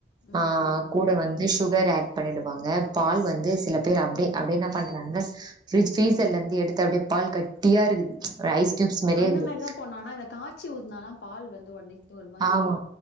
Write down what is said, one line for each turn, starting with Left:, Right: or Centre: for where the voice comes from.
Left: ம்
Right: ஆ
Left: ம்
Right: கூட வந்து சுகர் ஆட் பண்ணிடுவாங்க பால் வந்து சில பேர் அப்படியே அப்டி என்ன பண்றாங்க பிரிஜ் ஃப்ரீசர்லந்து எடுத்து அப்டியே பால் கட்டியா இருக்குது ஒரு ஐஸ் கியூப்ஸ் மாரியே
Left: அந்தமேர்தா
Right: இருக்குது
Left: போனோ ஆனா இத காச்சி ஊத்னாலு பால் வந்து ஒட்னே ஒரு மாரி
Right: ஆமா